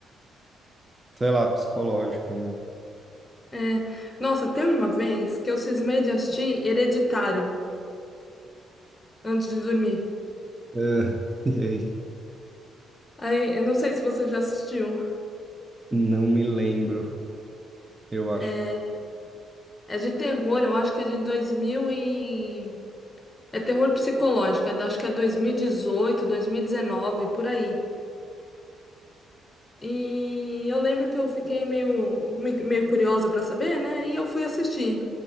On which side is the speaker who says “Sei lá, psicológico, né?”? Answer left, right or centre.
Right